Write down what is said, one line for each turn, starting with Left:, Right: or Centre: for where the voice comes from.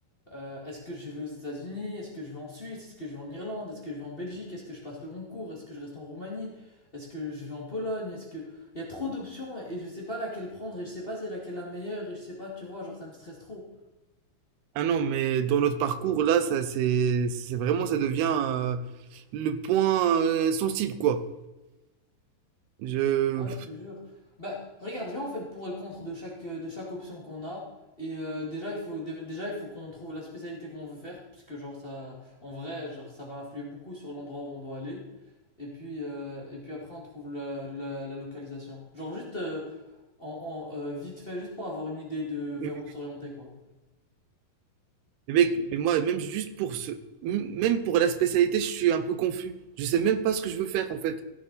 Left: Euh, est-ce que je vais aux États-Unis? Est-ce que je vais en Suisse? Est-ce que je vais en Irlande? Est-ce que je vais en Belgique? Est-ce que je passe le concours? Est-ce que je reste en Roumanie? Est-ce que je vais en Pologne? Est-ce que... Il y a trop d'options et je sais pas laquelle prendre et je sais pas si c'est laquelle la meilleure et je sais pas, tu vois, genre ça me stresse trop.
Right: Ah non, mais dans notre parcours, là, ça, c'est, c'est vraiment, ça devient euh, le point euh, sensible, quoi. Je,
Left: Ouais, je te jure. Bah, regarde viens en fait le pour et le contre de chaque, euh, de chaque option qu'on a. Et euh, déjà, il faut, dé- déjà, il faut qu'on trouve la spécialité qu'on veut faire. Parce que, genre, ça, en vrai, genre, ça va influer beaucoup sur l'endroit où on doit aller. Et puis, euh, et puis après, on trouve la, la, la localisation. Genre, juste euh, en, en, euh, vite fait, juste pour avoir une idée de
Right: mais
Left: vers où s'orienter, quoi.
Right: mec, mais moi, même juste pour ce, m- même pour la spécialité, je suis un peu confus. Je sais même pas ce que je veux faire, en fait.